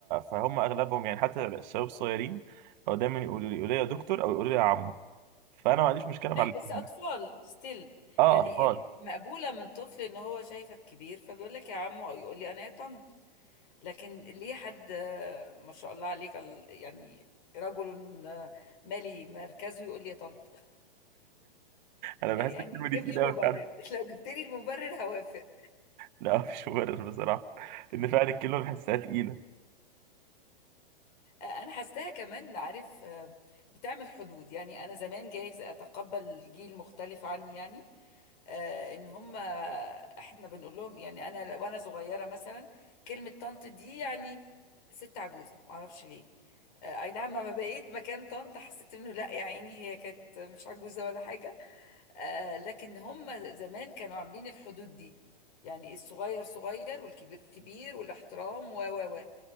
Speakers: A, on the right; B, on the left.
A: فهم أغلبهم يعني حتى الشباب الصغيرين هو دايما يقولوا لي يقولوا لي يا دكتور أو يقولوا لي يا عمو فأنا ما عنديش مشكلة مع
B: ايوه
A: الاتنين
B: بس اطفال ستيل
A: اه
B: يعني
A: أطفال
B: مقبوله من طفل ان هو شايفك كبير فبيقول لك يا عمو او يقول لي انا يا طنط لكن ليه حد آه، ما شاء الله عليك ال- يعني رجل آه، مالي مركزه يقول لي يا طنط <laughs>
A: أنا بحس
B: يعني
A: الكلمة
B: جيب
A: دي تقيلة
B: لي مبرر
A: أوي فعلا
B: <laughs> لو جبت لي المبرر هوافق
A: لا مفيش مبرر بصراحة إن فعلا الكلمة بحسها تقيلة
B: انا حاساها كمان عارف آه، بتعمل حدود يعني انا زمان جايز اتقبل جيل مختلف عني يعني آه، ان هم احنا بنقول لهم يعني انا وانا صغيره مثلا كلمه طنط دي يعني ست عجوزه ما اعرفش ليه آه، اي نعم لما بقيت مكان طنط حسيت انه لا يا عيني هي كانت مش عجوزه ولا حاجه آه، لكن هم زمان كانوا عاملين الحدود دي يعني الصغير صغير والكبير كبير والاحترام و و و